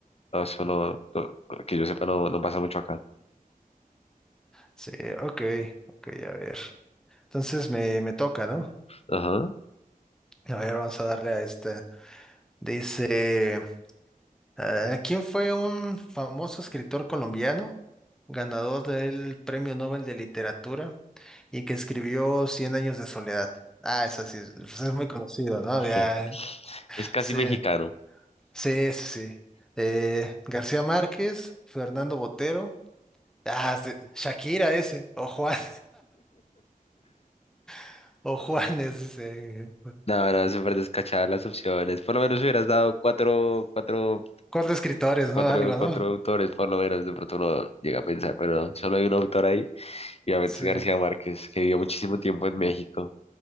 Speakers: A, on the left; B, in the centre.
A: No, eso no, no- que yo sepa, no, no pasa mucho acá.
B: Sí, ok, ok, a ver. Entonces me, me toca, ¿no?
A: Ajá.
B: A ver, vamos a darle a esta. Dice... Ah, ¿quién fue un famoso escritor colombiano, ganador del Premio Nobel de Literatura y que escribió Cien años de soledad? Ah, esa sí, es pues, es muy conocido, ¿no?
A: <laughs>
B: Ya,
A: Es casi
B: sí,
A: mexicano.
B: sí, ese sí. Eh, García Márquez, Fernando Botero, ah, sí, Shakira ese, o Juan, <laughs> o Juanes, ese.
A: No, no, súper descachadas las opciones. Por lo menos hubieras dado cuatro, cuatro
B: Cuatro escritores, ¿no?
A: cuatro,
B: Algo, ¿no?
A: cuatro autores, por lo menos, de pronto uno llega a pensar, pero no, solo hay un autor ahí, y obviamente
B: Sí,
A: es García Márquez, que vivió muchísimo tiempo en México.